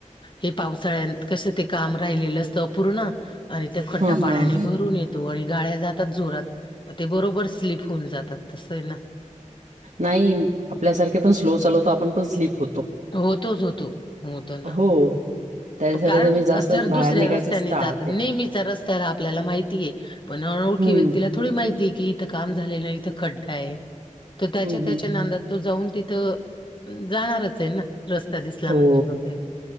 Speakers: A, on the left; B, on the right.
A: हे पावसाळ्यात कसं ते काम राहिलेलं असतं अपूर्ण आणि ते खड्डा
B: हां,
A: पाण्याने
B: हां.
A: भरून येत. तो आणि गाळ्या जातात जोरात मग ते बरोबर स्लीप होऊन जातात तसं आहे ना.
B: नाही आपल्यासारखे पण स्लो चालवतो आपण पण स्लीप होतो
A: होतोच होतो होत ना
B: हो, त्याच्यासाठी
A: कारण
B: तर मी जास्तच
A: जर
B: बाहेर
A: दुसऱ्या
B: निघायचंच
A: रस्त्याने
B: टाळते.
A: जात नेहमीच्या रस्त्याला आपल्याला माहितीय पण ओळखी
B: हं,
A: व्यक्तीला थोडी माहितीय की इथं काम झालेलं इथं खड्डा आहे तर त्याच्या
B: हं,
A: त्याच्या
B: हं.
A: नांदात तो जाऊन तिथं जाणारच आहे ना रस्ता दिसला
B: हो,
A: म्हणजे वगैरे